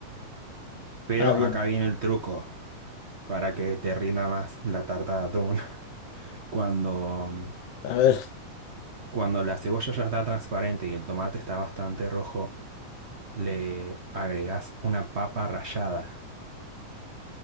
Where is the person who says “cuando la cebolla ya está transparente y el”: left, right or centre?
Right